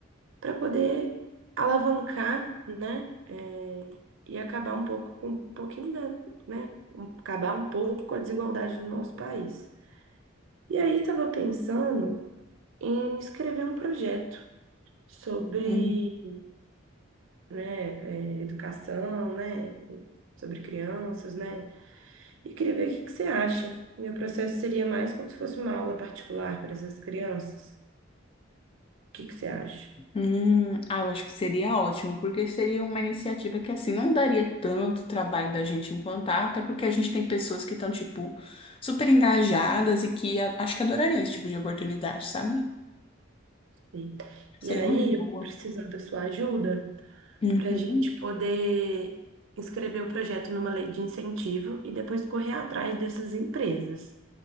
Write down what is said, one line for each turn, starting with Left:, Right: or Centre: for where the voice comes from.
Right: para poder alavancar, né? eh, e acabar um pouco com um pouquinho da, né? um- Acabar um pouco com a desigualdade do nosso país. E aí estava pensando em escrever um projeto sobre,
Left: Uhum.
Right: né, eh, educação, né? Sobre crianças, né? E queria ver o que que você acha. Meu processo seria mais como se fosse uma aula particular para essas crianças. O que que você acha?
Left: Hum, ah, eu acho que seria ótimo, porque seria uma iniciativa que assim não daria tanto trabalho da gente implantar, até porque a gente tem pessoas que estão, tipo, super engajadas e que a- acho que adorariam esse tipo de oportunidade, sabe?
Right: E
Left: Seria
Right: e aí,
Left: uma boa.
Right: eu vou precisar da sua ajuda.
Left: Uhum.
Right: para a gente poder inscrever o projeto numa lei de incentivo e depois correr atrás dessas empresas.